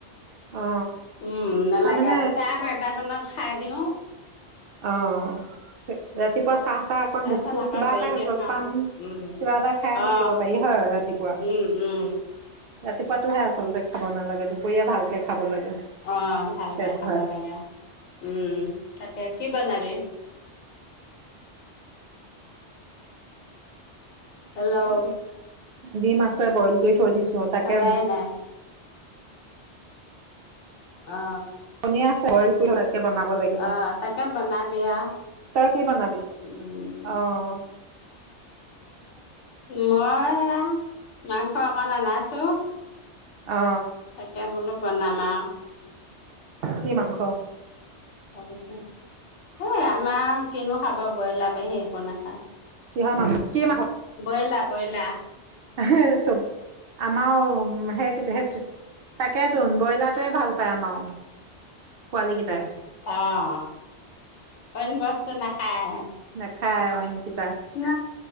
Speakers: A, on the right (about 60°); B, on the left (about 75°).
A: অ
B: উম নালাগে
A: তাৰমানে
B: আৰু দুটা আঢ়ৈতা মানত খাই দিও।
A: অহ ৰাতিপুৱা চাহ টা অকন
B: তাৰপিছত
A: বিস্কুট
B: আকৌ
A: কিবা
B: দেৰিকে
A: এটা জলপান
B: খাওঁ উম
A: কিবা এটা খাই থাকিব
B: অ
A: পাৰি হয় ৰাতিপুৱা
B: উম উম
A: ৰাতিপুৱাতো হে আচল হলদে খাব নালাগে দুপৰীয়া ভালকে খাব লাগে
B: অহ, ভালকে
A: পেট
B: খাব
A: ভৰাই
B: লাগে উম তাক এ কি বনাবি? হেল্ল'
A: দিম আছে বইল কৰি থৈ দিছো তাকে
B: ভাবাই নাই অ
A: কণী আছে বইল কৰি তাকে বনাব লাগিব
B: অ তাকে বনাবি আৰু
A: তই কি বনাবি?
B: উম
A: অহ
B: মই এয়া মাংস। মাংস অকণ আনাইছো।
A: অ
B: তাকে বোলো বনা নানা
A: কি মাংস?
B: তাৰপিছত এই আমাৰ কিনো খাব বইলাৰ বাহিৰে একো নাখায়।
A: কিহৰ মাংস কি মাংস।
B: বইলা -বইলা।
A: <unintelligible> চব আমাৰ সেই <unintelligible> তাকে ধুন ব্ৰইলাৰটোৱে ভাল পায় আমাৰ পোৱালি কেইটাই।
B: অহ, অইন বস্তু নাখায়।
A: নেখায় অইনকিটা
B: ন